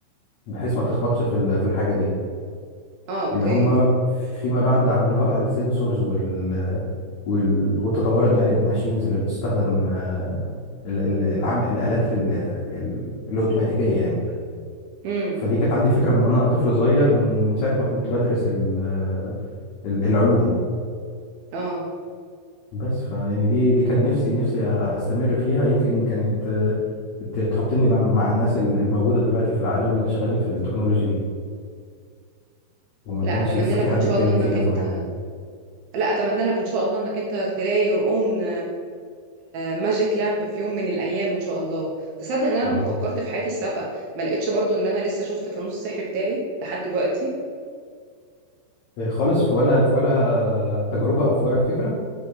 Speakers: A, on the left; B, on the right.
A: بحيث ما تخبطش في ال- في الحاجه دي
B: اه اوكي
A: اللي هم فيما بعد عملوها بقى السنسورز وال وال وتطورت بقى للماشينز اللي بتستخدم آه، ال- ال- العم... الالات ال... ال... الاوتوماتيكيه يعني
B: امم
A: فدي كانت عندي فكره من وانا طفل صغير من من ساعه ما كنت بدرس ال... آه، ال- العلوم
B: اه
A: بس فيعني دي دي كان نفسي نفسي استمر فيها يمكن كانت آه، ت- تحطني مع مع الناس ال- الموجوده دلوقتي في العالم اللي شغالين في التكنولوجي دي وما
B: لا
A: كانش
B: اتمنى
A: لسه
B: لك
A: في حد
B: ان شاء
A: يتكلم
B: الله انك
A: فيها
B: انت
A: زمان
B: لا اتمنى لك ان شاء الله انك انت تلاقي يور اون ماجيك لامب في يوم من الايام ان شاء الله تصدق ان انا
A: يا
B: لما فكرت
A: رب
B: في حياتي السابقه ما لقيتش برضو ان انا لسه شفت فانوس السحر بتاعي لحد دلوقتي
A: إيه خالص في ولا في ولا تجربة أو في ولا فكرة